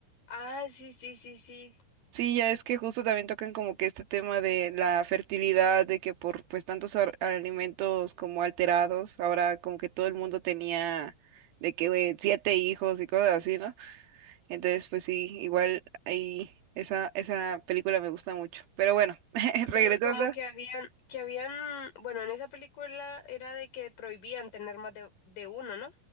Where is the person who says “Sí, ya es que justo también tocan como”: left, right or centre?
Right